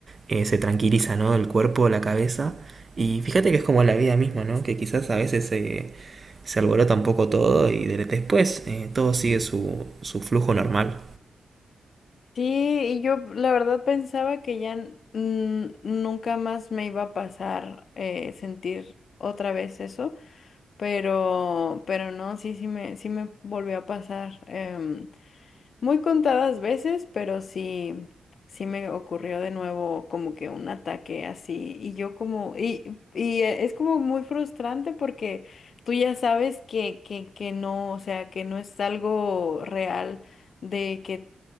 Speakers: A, on the right; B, on the left.
A: eh, se tranquiliza, ¿no? El cuerpo, la cabeza. Y fíjate que es como la vida misma, ¿no? Que quizás a veces eh, se alborota un poco todo y de- después eh, todo sigue su, su flujo normal.
B: Sí, y yo la verdad pensaba que ya n- n- nunca más me iba a pasar eh, sentir otra vez eso, pero, pero no, sí, sí me, sí me volvió a pasar. em, Muy contadas veces, pero sí, sí me ocurrió de nuevo como que un ataque así. Y yo como, y, y e- es como muy frustrante porque tú ya sabes que, que, que no, o sea, que no es algo real de que